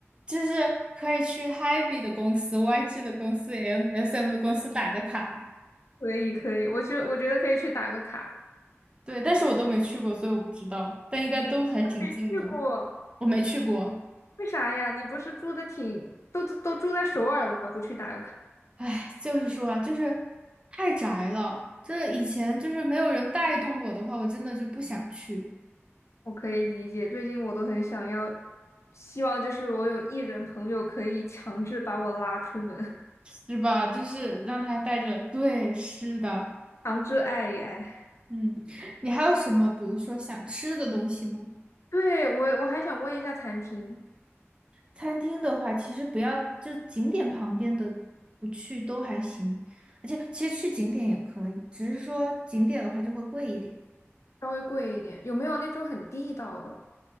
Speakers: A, on the right (about 20°); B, on the left (about 75°).
A: 就是可以去 Hebe 的公司、YG 的公司、M SM 的公司打个卡。
B: 可以可以，我觉我觉得可以去打个卡，
A: 对，但是我都没去过，所以我不知道，但应该都还挺近的。
B: 没去过，
A: 我没去过，
B: 为啥呀？你不是住的挺，都都住在首尔了，不去打个卡，
A: 唉，就是说啊，就是太宅了。就是以前就是没有人带动我的话，我真的就不想去，
B: 我可以理解。最近我都很想要，希望就是我有艺人朋友可以强制把我拉出门，
A: 是吧？就是让他带着，对，是的，
B: <laughs> 强制爱一爱。
A: 嗯。你还有什么，比如说想吃的东西吗？
B: 对，我我还想问一下餐厅，
A: 餐厅的话，其实不要就景点旁边的不去都还行，而且其实去景点也可以，只是说景点的话就会贵一点。
B: 稍微贵一点，有没有那种很地道的？